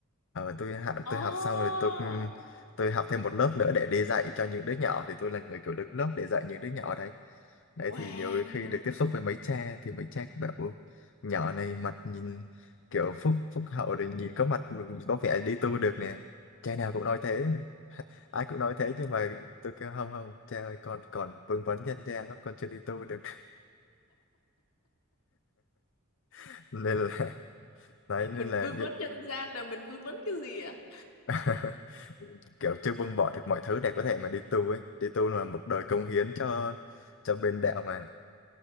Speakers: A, on the left; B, on the left.
A: Ờ, tôi hạ
B: oh,
A: tôi học xong rồi tôi tôi học thêm một lớp nữa để đi dạy cho những đứa nhỏ thì tôi là người kiểu đứng lớp để dạy những đứa nhỏ đấy. Đấy
B: wow
A: thì nhiều khi được tiếp xúc với mấy cha thì mấy cha cũng bảo "Ôi, nhỏ này mặt nhìn kiểu phúc phúc hậu rồi nhìn có mặt có vẻ đi tu được nè. Cha nào cũng nói thế ai cũng nói thế nhưng mà tôi kêu không không cha ơi con còn vương vấn nhân gian lắm con chưa đi tu được <laughs> nên là đấy nên
B: mình
A: là
B: vươn
A: như-
B: vấn nhân gian là mình vươn vấn cái gì ạ
A: <laughs> kiểu chưa buông bỏ được mọi thứ để có thể mà đi tu ấy đi tu là một đời cống hiến cho cho bên đạo mà